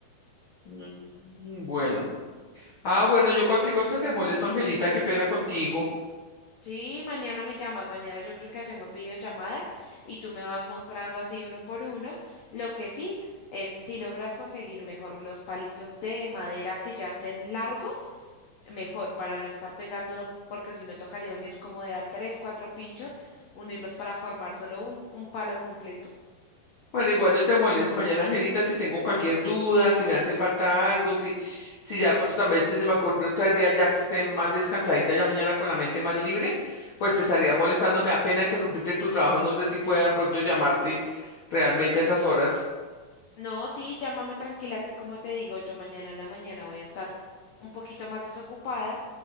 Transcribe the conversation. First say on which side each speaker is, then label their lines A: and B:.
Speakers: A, on the left; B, on the left.
A: Mm, Bueno. Ah, bueno, yo cualquier cosa te molesto, Angelita, qué pena contigo.
B: Sí, mañana me llamas, mañana yo creo que hacemos videollamada y tú me vas mostrando así uno por uno. Lo que sí es, si logras conseguir mejor los palitos de madera que ya estén largos, mejor para no estar pegando, porque si no tocaría unir como de a tres, cuatro pinchos, unirlos para formar solo un, un palo completo.
A: Bueno, igual yo te molesto mañana, Angelita, si tengo cualquier duda, si me hace falta algo, si, si ya pronto también te- se me ocurre otra idea ya que esté más descansadita ya mañana con la mente más libre, pues te estaría molestando, me da pena interrumpirte tu trabajo, no sé si pueda pronto llamarte realmente a esas horas.
B: No, sí, llámame tranquila que como te digo, yo mañana en la mañana voy a estar un poquito más desocupada,